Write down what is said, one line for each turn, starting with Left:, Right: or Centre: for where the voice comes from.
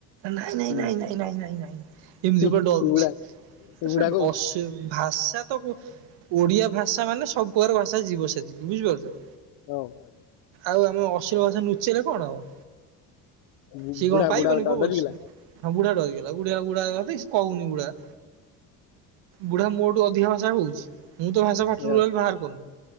Right: ନାଇଁ ନାଇଁ
Left: ହୁଁ,
Right: ନାଇଁ ନାଇଁ ନାଇଁ ନାଇଁ ନାଇଁ ଏମିତି
Left: ହୁଁ,
Right: ପୁରା ଡରୁଛି।
Left: ବୁଢା
Right: ତା ସ
Left: ବୁଢା କହୁଛି
Right: ଅସି ଭାଷା ତ ଓଡିଆ ଭାଷା ମାନେ ସବୁପକାର ଭାଷା ଯିବ ସେତିକି ବୁଝିପାରୁଛ?
Left: ହଉ ହଉ।
Right: ଆଉ ଆମେ ଅସୀଳ ଭସା ନୁଚେଇଲେ କଣ ହବ?
Left: ବୁ-
Right: ସିଏ
Left: ବୁଢା
Right: କଣ ପାଇବନି
Left: ବୁଢା ଡ-
Right: କୋଉ
Left: ଡରିଗଲା
Right: ବସ ହଁ ବୁଢା ଡରିଗଲା ବୁଢୀ ବୁଢା କହୁନି ଗୁଡା। ବୁଢା ମୋଠୁ ଅଧିକ ଭାଷା କହୁଛି ମୁଁ ତ ଭାଷା ପାଟିରୁ
Left: ହଁ,
Right: ଟୋଟାଲ ବାହାର କରୁନୁ।